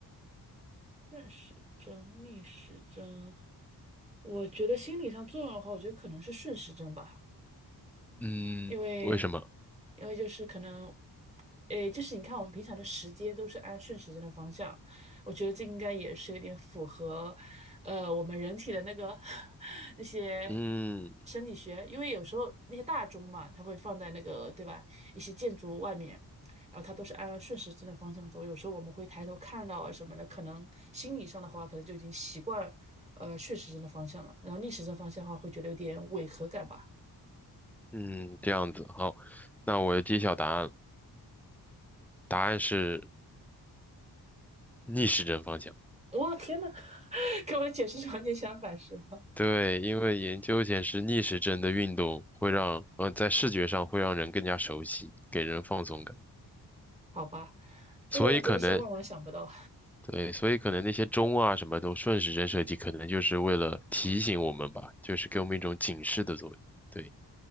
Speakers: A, on the right (about 15°); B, in the centre.
A: 顺时针、逆时针，我觉得心理上作用的话，我觉得可能是顺时针吧。
B: 嗯，
A: 因为
B: 为什么？
A: 因为就是可能，诶，就是你看我们平常的时间都是按顺时针的方向，我觉得这应该也是有点符合，呃，我们人体的那个 <laughs> 那些
B: 嗯
A: 生理学，因为有时候那些大钟嘛，它会放在那个对吧，一些建筑外面。然后它都是按顺时针的方向走，有时候我们会抬头看到啊什么的，可能心理上的话，可能就已经习惯，呃，顺时针的方向了，然后逆时针方向的话，会觉得有点违和感吧。
B: 嗯，这样子，好，那我揭晓答案，答案是逆时针方向。
A: 我、天呐，<laughs> 跟我的解释场完全相反，是吗？
B: 对，因为研究显示逆时针的运动会让，呃，在视觉上会让人更加熟悉，给人放松感。
A: 好吧，这个真的是万万想不到。
B: 所以可能，对，所以可能那些钟啊什么都顺时针设计，可能就是为了提醒我们吧，就是给我们一种警示的作用。对，